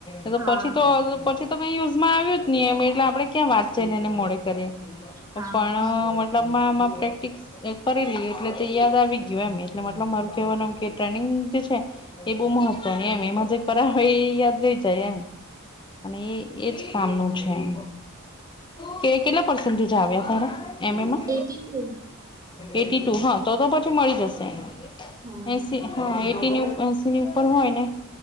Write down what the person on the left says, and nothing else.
નતો
પછી તો પછી તો કઈ યુઝમાં આવ્યું જ નહી, એમ એટલે આપડે ક્યાં વાંચીએ ને એને મોઢે કરીએ.
પણ, મતલબ માં માં પ્રેક્ટિકસ કરેલી એટલે તે યાદ આવી ગયુ એમ, એટલે મતલબ મારું કેવાનું એમ કે ટ્રેનિંગ છે એ બહુ મહત્વની, એમ, એમાં જે કરા હોય એ યાદ રહી જાય, એમ. અને એ એજ કામનું છે એમ. કે કેટલા પર્સેન્ટેજ આવ્યા તારા એમ એ માં?
એટી ટુ, હા, તો તો પછી મળી જસે.
એસી હા, એ એસીની ઉપર હોય એને